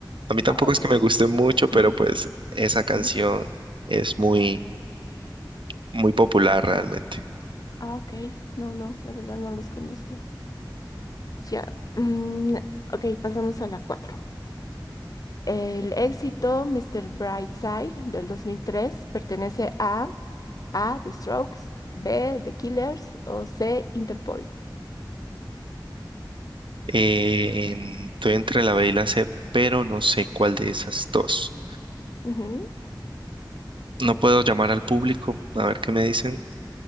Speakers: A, on the right; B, on the left.
A: A mí tampoco
B: Ah, Ok.
A: es que me guste mucho,
B: <clears throat>
A: pero pues esa canción
B: Ujú.
A: es muy, muy popular realmente.
B: Ah, ok. No, no, la verdad no los conozco. Ya. Mm, ok, pasamos a la 4. El éxito Mr. Brightside del 2003 pertenece a A, The Strokes, B, The Killers o C, Interpol.
A: Eh, estoy entre la B y la C, pero no sé cuál de esas dos.
B: Ujú.
A: No puedo llamar al público, a ver qué me dicen.